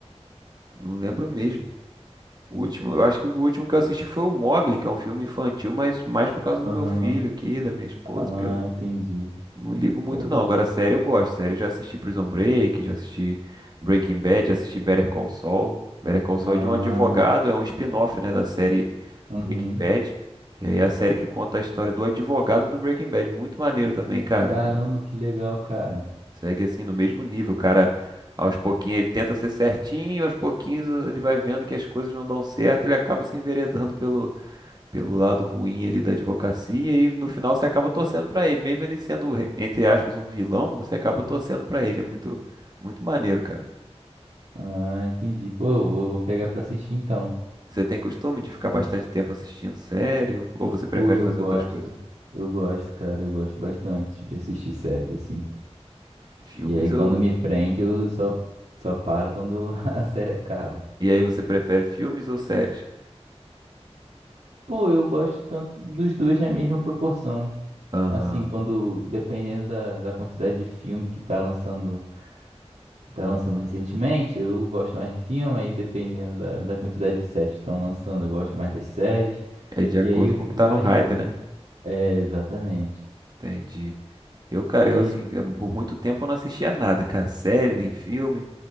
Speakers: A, on the right; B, on the right.
A: Não lembro mesmo. O último, eu acho que o último que eu assisti foi o Mogli, que é um filme infantil, mas mais por causa
B: Aham.
A: do meu filho aqui, da minha esposa,
B: Ah,
A: porque eu não
B: entendi.
A: Não ligo muito,
B: O-
A: não. Agora, série eu gosto. Série eu já assisti Prison Break, já assisti Breaking Bad, já assisti Better Call Saul. Better Call Saul
B: Ah,
A: é de um advogado, é um spin-off, né, da série
B: uhum.
A: Breaking Bad. E aí é a série que conta a história do advogado do Breaking Bad. Muito maneiro também, cara.
B: Caramba, que legal, cara.
A: Segue assim no mesmo nível, o cara. Aos pouquinhos ele tenta ser certinho, aos pouquinhos ele vai vendo que as coisas não dão certo, ele acaba se enveredando pelo, pelo lado ruim ali da advocacia e no final você acaba torcendo pra ele, mesmo ele sendo, re- entre aspas, um vilão, você acaba torcendo pra ele. É muito, muito maneiro, cara.
B: Ah, entendi. Pô, vou, vou pegar pra assistir então.
A: Você tem costume de ficar bastante tempo assistindo série ou ou você prefere
B: Pô, eu
A: fazer
B: gosto.
A: outras coisas?
B: Eu gosto, cara. Eu gosto bastante de assistir séries assim.
A: Filmes
B: E aí, quando
A: ou.
B: me prende, eu só, só paro quando <laughs> a série acaba.
A: E aí você prefere filmes ou séries?
B: Pô, eu gosto tanto dos dois na mesma proporção.
A: Aham.
B: Assim, quando, dependendo da, da quantidade de filme que tá lançando, tá lançando recentemente, eu gosto mais de filme, aí dependendo da, da quantidade de séries que estão lançando, eu gosto mais das séries.
A: É de acordo
B: E aí eu
A: com
B: fico
A: o que tá
B: variando.
A: no hype, né?
B: É, exatamente.
A: Entendi. Eu, cara,
B: E,
A: eu assim, eh, por muito tempo eu não assistia nada, cara, série
B: sim.
A: nem filme.